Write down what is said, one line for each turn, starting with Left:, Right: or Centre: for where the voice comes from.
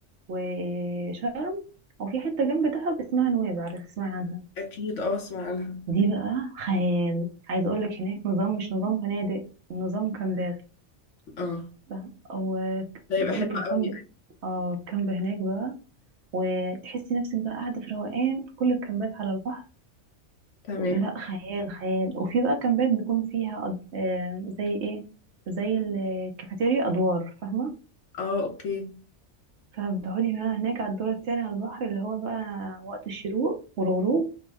Right: وشرم وفي حتة جنب دهب اسمها نويبع عارفة تسمعي عنها
Left: اكيد اه اسمع عنها
Right: دي بقى خيال عايزه اقول لك هناك نظام مش نظام فنادق نظام كامبات
Left: اه
Right: فاهم او
Left: ده يبقى
Right: بقول
Left: حلو
Right: لك الكامب
Left: قوي
Right: اه الكامب هناك بقى وتحسي نفسك بقى قاعده في روقان كل الكامبات على البحر
Left: تمام
Right: لا خيال خيال وفي بقى كامبات بيكون فيها أد... آه زي ايه زي الكافيتيريا ادوار فاهمه
Left: اه اوكي
Right: فبتقعدي بقى هناك على الدور التاني على البحر اللي هو بقى وقت الشروق والغروب